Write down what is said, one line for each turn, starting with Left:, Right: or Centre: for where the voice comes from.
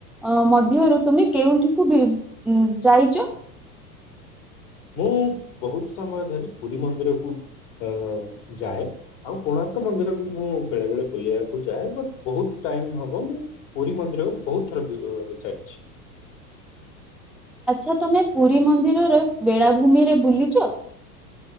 Centre: ଅ ମଧ୍ୟରୁ ତୁମେ କେଉଁଠିକୁ ବି ଉଁ ଯାଇଛ?
Left: ମୁଁ ବହୁତ ସମୟ ଧରି ପୁରୀ ମନ୍ଦିରକୁ ଅ ଯାଏ। ଆଉ କୋଣାର୍କ ମନ୍ଦିର ବି ମୁଁ ବେଳେ ବେଳେ ବୁଲିବାକୁ ଯାଏ ବଟ୍ ବହୁତ ଟାଇମ୍ ହବ ମୁଁ ପୁରୀ ମନ୍ଦିର ବହୁତ ଥର ବୁଲିବାକୁ ଯାଇଛି।
Centre: ଆଚ୍ଛା ତମେ ପୁରୀ ମନ୍ଦିରର ବେଳାଭୂମି ରେ ବୁଲିଚ?